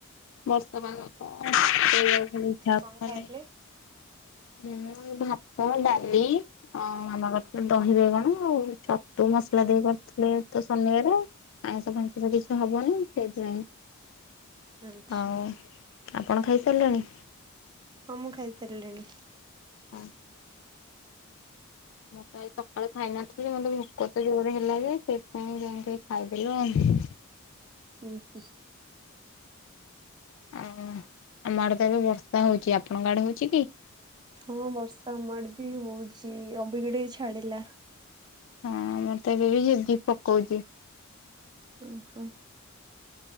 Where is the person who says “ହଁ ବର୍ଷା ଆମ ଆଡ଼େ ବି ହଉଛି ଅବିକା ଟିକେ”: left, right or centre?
Right